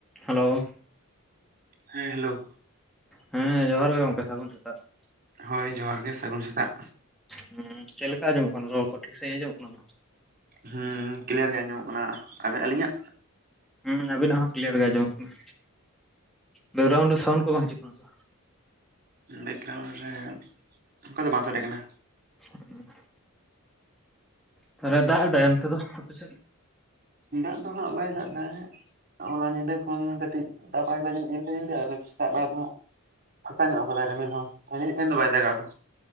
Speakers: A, in the centre; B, on the right.
A: ᱦᱮᱞᱳᱣ᱾
B: ᱦᱮᱸ ᱦᱮᱞᱳᱣ᱾
A: ᱦᱮᱸ ᱡᱚᱦᱟᱨ ᱜᱮ ᱜᱚᱝᱠᱮ, ᱥᱟᱹᱜᱩᱱ ᱥᱮᱛᱟᱜ᱾
B: ᱦᱳᱭ ᱡᱚᱦᱟᱨ ᱜᱮ, ᱥᱟᱹᱜᱩᱱ ᱥᱮᱛᱟᱜ᱾
A: ᱦᱩᱸ, ᱪᱮᱫ ᱞᱮᱠᱟ ᱟᱸᱡᱚᱢᱚᱜ ᱠᱟᱱᱟ ᱨᱚᱲ ᱠᱚ, ᱴᱷᱤᱠ ᱥᱟᱺᱦᱤᱡ ᱟᱸᱡᱚᱢᱚᱜ ᱠᱟᱱᱟ ᱛᱚ?
B: ᱦᱩᱸ ᱠᱞᱤᱭᱟᱨ ᱜᱮ ᱟᱸᱡᱚᱢᱚᱜ ᱠᱟᱱᱟ, ᱟᱵᱮ ᱟᱹᱞᱤᱧᱟᱜ?
A: ᱦᱮᱸ ᱟᱵᱤᱱᱟᱜ ᱦᱚᱸ ᱠᱞᱤᱭᱟᱨ ᱜᱮ ᱟᱸᱡᱚᱢᱚᱜ ᱠᱟᱱᱟ᱾ ᱵᱮᱠᱜᱨᱟᱣᱩᱱᱰ ᱨᱮ ᱥᱟᱣᱩᱱᱰ ᱠᱚ ᱵᱟᱝ ᱦᱤᱡᱩᱜ ᱠᱟᱱᱟ ᱛᱚ?
B: ᱩᱸ ᱵᱮᱠᱜᱨᱟᱣᱩᱱᱰ ᱨᱮ ᱚᱱᱠᱟ ᱫᱚ ᱵᱟᱝ ᱥᱟᱰᱮ ᱠᱟᱱᱟ᱾
A: ᱦᱩᱸ, ᱛᱟᱦᱞᱮ ᱫᱟᱜ ᱮᱫᱟᱭ ᱚᱱᱛᱮ ᱫᱚ ᱟᱯᱮ ᱥᱮᱫ?
B: ᱫᱟᱜ ᱫᱚ ᱦᱟᱸᱜ ᱵᱟᱭ ᱫᱟᱜ ᱮᱫᱟ, ᱦᱚᱞᱟ ᱧᱤᱫᱟᱹ ᱠᱷᱚᱱ ᱠᱟᱹᱴᱤᱡ ᱫᱟᱜ <inaudible> ᱧᱤᱫᱟᱹ ᱧᱤᱫᱟ ᱚᱱᱮ ᱥᱮᱛᱟᱜ ᱵᱮᱲᱟ ᱫᱚ ᱦᱟᱸᱜ, ᱯᱷᱟᱸᱠᱟ ᱧᱚᱜ ᱟᱠᱟᱫᱟᱭ ᱨᱤᱢᱤᱞ ᱦᱚᱸ, ᱦᱚᱭ ᱡᱟᱱᱤᱡ ᱛᱮᱦᱮᱧ ᱫᱚ ᱵᱟᱭ ᱫᱟᱜᱟ ᱟᱫᱚ᱾